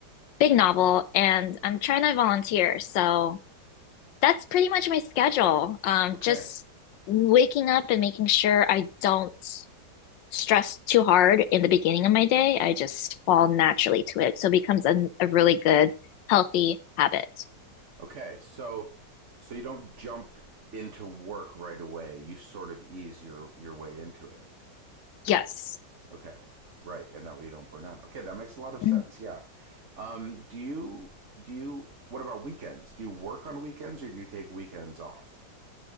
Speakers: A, on the left; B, on the right.
A: big novel and I'm trying to volunteer. So that's pretty much my schedule. Um,
B: okay
A: just waking up and making sure I don't stress too hard in the beginning of my day. I just fall naturally to it. So it becomes a, a really good, healthy habit.
B: Okay, so so you don't jump into work right away. You sort of ease your your way into it.
A: Yes.
B: Okay. Right, and that way you don't burn out. Okay, that makes a lot of
A: Mhm.
B: sense. Yeah. Um do you do you what about weekends? Do you work on weekends or do you take weekends off?